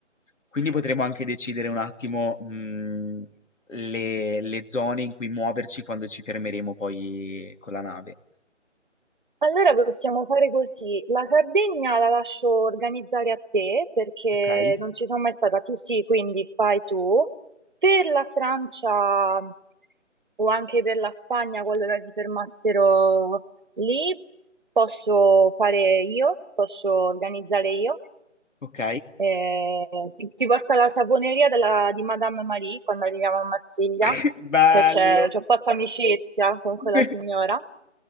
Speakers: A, on the left; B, on the right.
A: Quindi potremo anche decidere un attimo, mh, le, le zone in cui muoverci quando ci fermeremo poi con la nave.
B: allora possiamo fare così. La Sardegna la lascio organizzare a te perché
A: Ok?
B: non ci sono mai stata. Tu sì, quindi fai tu. Per la Francia o anche per la Spagna, qualora si fermassero lì, posso fare io, posso organizzare io.
A: Ok?
B: Eh, ti porta alla saponeria della- di Madame Marie quando arriviamo a Marsiglia.
A: <laughs> Bello!
B: E c'è- Ci ho fatto amicizia con quella
A: <laughs>
B: signora.